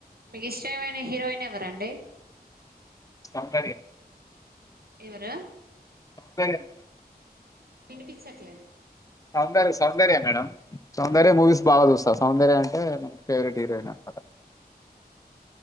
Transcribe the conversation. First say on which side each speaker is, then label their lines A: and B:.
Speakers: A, on the right (about 70°); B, on the left (about 20°).
A: మీకు ఇష్టమైన హీరోయిన్ ఎవరండి
B: సౌందర్య
A: ఎవరు
B: దర్య మేడం
A: వినిపించట్లేదు
B: సౌందర సౌందర్య మేడం సౌందర్య మూవీస్ బాగా చూస్తా సౌందర్య అం టే
A: సౌందర్య
B: ఫేవరెట్
A: మూవీస్
B: హీరోయిన్ అనమాట